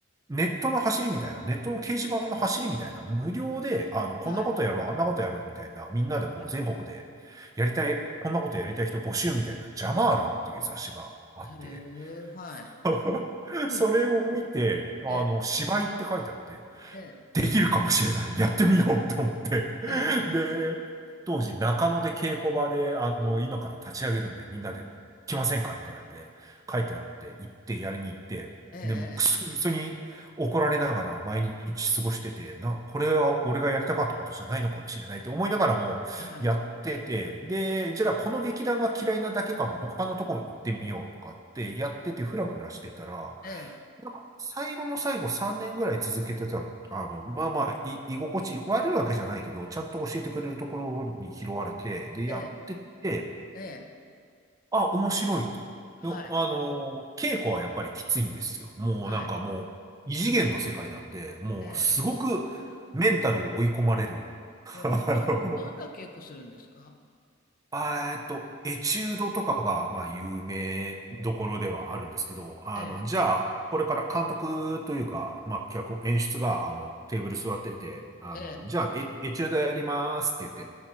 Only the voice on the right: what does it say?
う、ネットの走りみたいな、ネットの掲示板の走りみたいな、無料で、あの、こんなことやろう、
あんなことやろうみたいな、みんなでこう、
全国で、やりたい、こんなことやりたい人募集みたいな、ジャマールっていう雑誌があって、
<laughs>
それを見て、あの、
芝居って書いてあって、
できるかもしれない、やってみようと思って、
<laughs> で、当時中野で稽古場で、あの、今から立ち上げるんで、みんなで来ませんかみたいなんで、書いてあって、行って、やりに行って、
で、もうくそみそに怒られながら毎日過ごしてて、な、これは俺がやりたかったことじゃないのかもしれないって思いながらもやってて、
で、じゃあこの劇団が嫌いなだけかも、他のとこ行ってみようとかってやってて、ふらふらしてたら、
なんか最後の最後3年ぐらい続けてた、あの、まあまあ、い、居心地悪いわけじゃないけど、ちゃんと教えてくれるところに拾われて、で、
やってて、
あ、面白いと。
の、あの、稽古はやっぱりきついんですよ。もうなんかもう、
異次元の世界なんで、もうすごくメンタルを追い込まれる。
<laughs> あの
あえっと、エチュードとかが、まあ、有名どころではあるんですけど、あの、
じゃあ、これから監督というか、まあ、脚本、演出が、あの、テーブル座ってて、あの、
じゃあ、エ、エチュードやりますって言って、っ